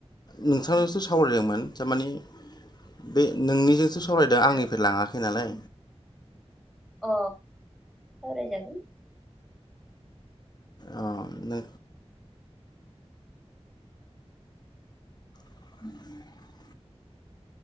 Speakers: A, on the left; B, in the centre.
A: नोंथांजोंथ' सावरायदोंमोन थारमाने बे नोंनिजोंसो सावरायदों
B: हा
A: आंनिफ्राय लाङाखै नालाय
B: अ सावराय जागोन
A: अ नो <inaudible>